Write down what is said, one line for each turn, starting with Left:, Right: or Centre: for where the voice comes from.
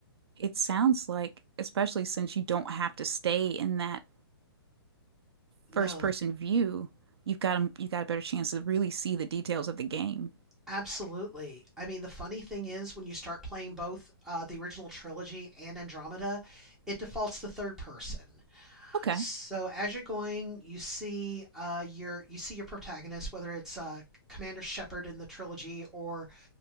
Right: it sounds like, especially since you don't have to stay in that first
Centre: No,
Right: person view, you've got a, you got a better chance to really see the details of the game.
Centre: Absolutely. I mean, the funny thing is when you start playing both uh, the original trilogy and Andromeda, it defaults to third person.
Right: Okay,
Centre: So as you're going, you see uh, your you see your protagonist, whether it's uh, Commander Shepard in the trilogy or